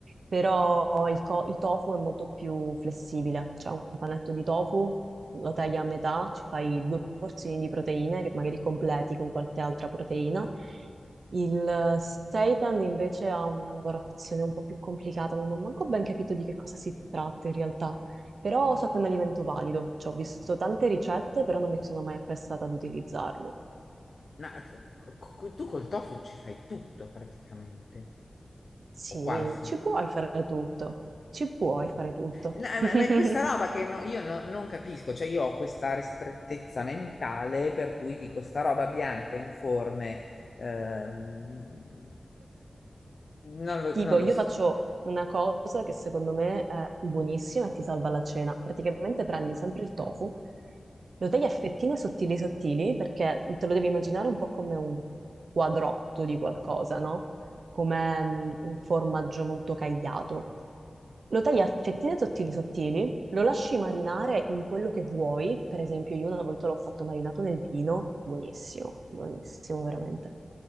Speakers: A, on the right (about 80°); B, on the left (about 60°).
A: però il, co- il tofu è molto più flessibile, cioè un panetto di tofu lo tagli a metà, ci fai due porzioni di proteine che magari completi con qualche altra proteina. Il seitan invece ha una lavorazione un po' più complicata, non ho manco ben capito di che cosa si tratta in realtà. Però
B: Mm.
A: so che è un alimento valido, cioè, ho visto tante ricette, però non mi sono mai apprestata ad utilizzarlo.
B: No, co- tu col tofu ci fai tutto praticamente,
A: Sì,
B: o quasi.
A: ci puoi fare tutto, ci puoi fare tutto.
B: No, eh,
A: <laughs>
B: ma ma è questa roba che no- io no- non capisco, cioè io ho questa ristrettezza mentale per cui dico sta roba bianca, informe, ehm, non lo,
A: Tipo,
B: non lo
A: io
B: so.
A: faccio una cosa che secondo me è buonissima e ti salva la cena. Praticamente prendi sempre il tofu, lo tagli a fettine sottili sottili, perché te lo devi immaginare un po' come un quadrotto di qualcosa, no? Come mm, un formaggio molto cagliato. Lo tagli a fettine sottili sottili, lo lasci marinare in quello che vuoi, per esempio io una volta l'ho fatto marinato nel vino, buonissimo, buonissimo veramente.